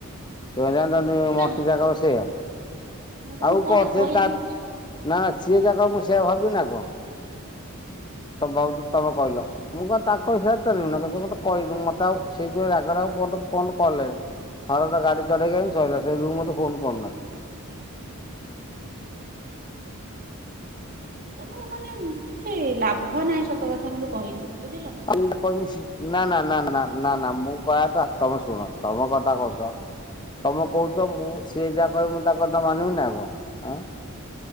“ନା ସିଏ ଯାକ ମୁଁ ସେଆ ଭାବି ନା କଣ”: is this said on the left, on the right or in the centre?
Left